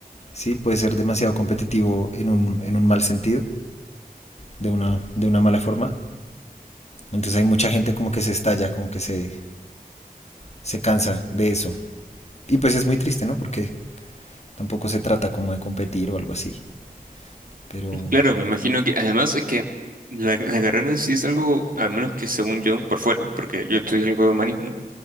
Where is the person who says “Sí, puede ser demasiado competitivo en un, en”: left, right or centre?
Left